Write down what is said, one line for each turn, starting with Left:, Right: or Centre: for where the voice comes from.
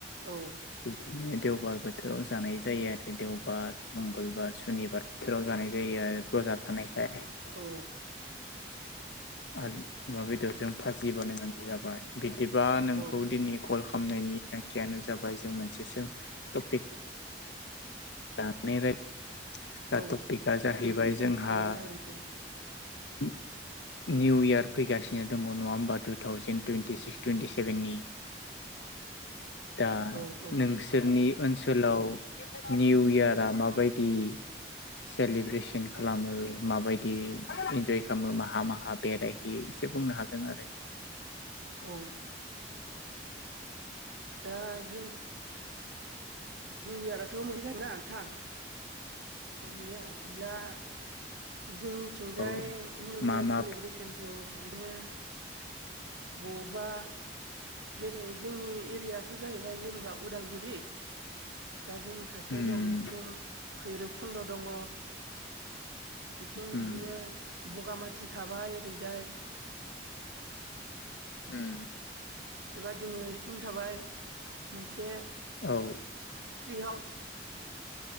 Right: औ
Left: बिदिनो देवबार बोथोराव जानाय जायो आरो देवबार मंगलबार सुनिबार बोथोराव जानाय जायो आरो बजार थानायखाय
Right: औ
Left: आरो अमा बेदरजों भाजि बानायनानै जाबाय बिदिबा नोंखौ
Right: औ
Left: दिनै कल खालामनायनि थांखियानो जाबाय जों मोनसेसो टपिक दानि टपिकआ
Right: औ
Left: जाहैबाय जोंहा
Right: औ जागोन दे
Left: <unintelligible> निउ यार फैगासिनो दङ नङा होमबा two thousand twenty six twenty seven नि दा
Right: औ औ
Left: नोंसोरनि ओनसोलाव निउ इयारा माबायदि सेलब सब्रेसन खालामो माबायदि इन्जय खालामो माहा माहा बेरायहै एसे बुंनो हागोन आरो <inaudible>
Right: औ दा जों निउ इयारथ' मोनहैख ना नोंथां गैया <unintelligible> जोंनिथिंजाय
Left: औ
Right: निउ
Left: मा
Right: इयार
Left: मा
Right: सेलेब्रेसनखौ बिदिनो ब'बा जेरै जोंनि एरियाथ' जाहैबाय जेनेबा उदालगुरि दा जोंनि खाथियाव
Left: उम
Right: दं बिथिं भैरबकुन्द' दङ' बिथिं
Left: उम
Right: बिदिनो बगामाथि थाबाय ओरैजाय
Left: उम
Right: बेबादिनो थिं थाबाय मोनसे
Left: औ
Right: ट्रि हाउस